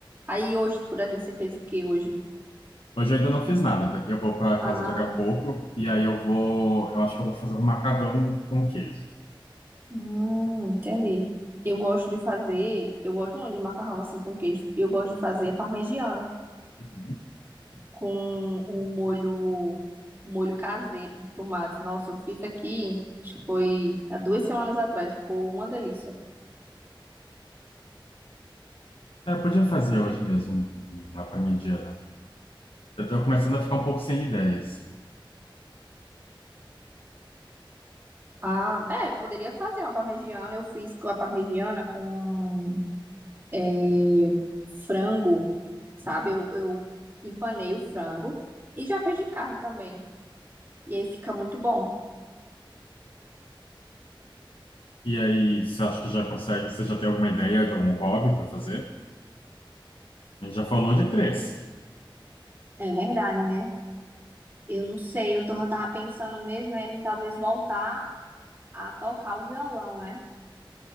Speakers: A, on the right; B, on the left.
A: Aí hoje, por exemplo, você fez o que hoje?
B: Hoje eu ainda não fiz nada, daqui eu vou para
A: ah,
B: casa daqui a pouco, e aí eu vou, eu acho que eu vou fazer um macarrão com queijo.
A: hum, entendi. Eu gosto de fazer, eu gosto muito de macarrão assim com queijo. Eu gosto de fazer parmegiana
B: Uhum.
A: com o molho, molho caseiro de tomate. Nossa, eu fiz aqui, acho que foi há duas semanas atrás, ficou uma delícia.
B: É, eu podia fazer hoje mesmo, lá para mediana. Eu tô começando a ficar um pouco sem ideias.
A: Ah, é, poderia fazer uma parmegiana. Eu fiz com a parmegiana com é, frango, sabe? Eu, eu empanei o frango e já fiz de carne também. E aí fica muito bom.
B: E aí, você acha que já consegue? Você já tem alguma ideia de algum hobby para fazer? A gente já falou de três.
A: É verdade, né? Eu não sei, eu tô, eu tava pensando mesmo era em talvez voltar a tocar o violão, né?